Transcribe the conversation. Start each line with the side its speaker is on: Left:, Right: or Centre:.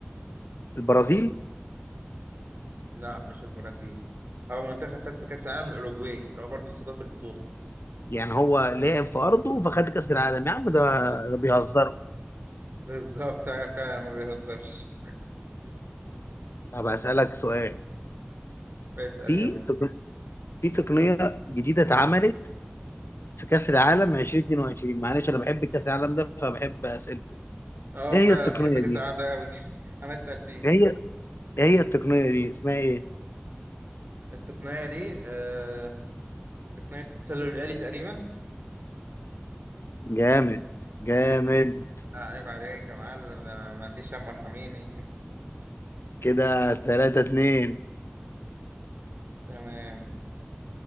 Left: البرازيل
Right: لا مش البرازيل اول منتخب فاز بكاس العالم الاوروجواي اللي هو برضو استضاف البطوله
Left: يعني هو لعب في ارضه فخد كاس العالم يا عم ده
Right: بالظ-
Left: ده بيهزروا
Right: بالظبط <laughs> ايوه فعلا ما بيهزرش
Left: طب هسألك سؤال
Right: اسال
Left: في
Right: يلا
Left: تقن- في تقنيه جديده اتعملت في كأس العالم 2022 معلش انا بحب كأس العالم ده فبحب اسئلته
Right: اه
Left: ايه هي
Right: فعلا
Left: التقنية
Right: بتحب كاس
Left: دي
Right: العالم ده قوي <laughs> انا تسال فيه
Left: ايه هي ايه هي التقنية دي اسمها ايه
Right: التقنيه دي آه، تقنية التسلل الآلي تقريبا
Left: جامد جامد
Right: لا عيب عليك يا معلم ده أنا ما عنديش هم ارحميني
Left: كده 3 2
Right: <laughs> تمام